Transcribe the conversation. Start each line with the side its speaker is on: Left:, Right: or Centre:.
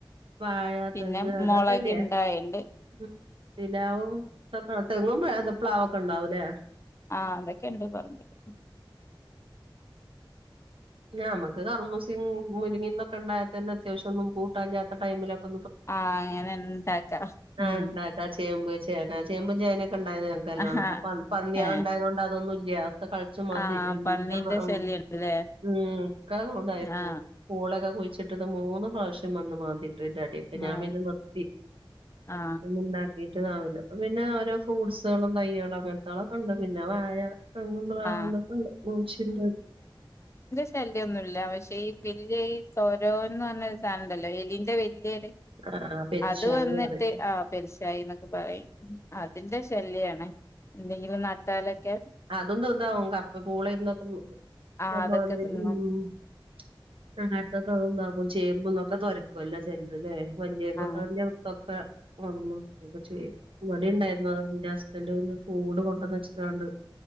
Right: വാഴ
Left: പിന്നെ
Right: തെങ്ങ് അതൊക്കെല്ലേ.
Left: മുളക് ഇണ്ടായിണ്ട്
Right: <unintelligible> <unintelligible> പ്ലാവൊക്കെ ഉണ്ടാവൂലേ.
Left: ആഹ് അതൊക്കെ ഇണ്ട് പറമ്പില്.
Right: നമുക്ക് കർമൂസിം മുരിങ്ങീന്നൊക്കെ ഉണ്ടായാ തന്നെ അത്യാവശ്യയെന്നും കൂട്ടല്ലാത്ത ടൈമിലൊക്കെ.
Left: ആ അങ്ങനെ ഉണ്ടാക്കാം
Right: ആഹ്
Left: ഉം
Right: ഇണ്ടാക്കാ ചേമ്പ് വെച്ച്. ചേന ചേമ്പ് ചേനെ. ഉണ്ടായത് നല്ലോണം
Left: ആഹാ
Right: അപ്പൊ പന്ന പന്നികളെ
Left: ഏ
Right: ഉണ്ടായതുകൊണ്ട് അതൊന്നും. <unintelligible> ഒക്കെ കേളച്ച് മാന്തി.
Left: ആ
Right: <unintelligible>
Left: പന്നീന്റെ ശല്യണ്ട്ല്ലേ
Right: ഉം ഒക്കെ ഇതായിപോകും.
Left: ആ
Right: <unintelligible> ഒക്കെ കുഴിച്ചിട്ടത് മൂന്ന് പ്രാവശ്യം വന്നു മാന്തി. <unintelligible> ഞാൻ
Left: ആ
Right: പിന്നെ നിർത്തി
Left: ആ
Right: ഉണ്ടാക്കിട്ട്. വലുതാവൂല്ല അപ്പൊ പിന്നെ ഓരോ ഫ്രൂട്ട്സുകളും തൈകളും അങ്ങനത്തുള്ളളൊക്കെ ഉണ്ട് പിന്നെ വാഴ. തെങ്ങും പ്ലാവുകളും
Left: ആ
Right: ഒക്കെയുണ്ട്. <unintelligible>
Left: ശല്യൊന്നുമില്ല പക്ഷേ ഈ വല്ല്യ ഈ തോ ഓന്ന് പറഞ്ഞ് ഒരു സാധനമുണ്ടല്ലോ എലീന്റെ വലിയൊരു
Right: ആ പെരിച്ചാഴി
Left: അത് വന്നിട്ട്
Right: പറയും
Left: ആ പെരുച്ചാഴി എന്നൊക്കെ പറയും അതിന്റെ ശല്യാണ് എന്തെങ്കിലും ന പാലൊക്കെ
Right: അതും തിന്നാവും കപ്പ പൂള എന്തൊക്കെ
Left: ആ
Right: <unintelligible>
Left: അതൊക്കെ തിന്നും
Right: അങ്ങനത്തെയൊക്കെ അതുണ്ടാക്കും ചേമ്പ്ഒക്കെ തുരക്കും അല്ലേ ചെലതല്ലേ വല്ല്യ <unintelligible>
Left: ആ
Right: അത് മാന്തുവൊക്കെ ചെയ്യും മടി ഉണ്ടായിരുന്നു അ എന്റെ ഹസ്ബൻഡ് പിന്നെ കൂട് കൊണ്ടെ വച്ചത് കൊണ്ട്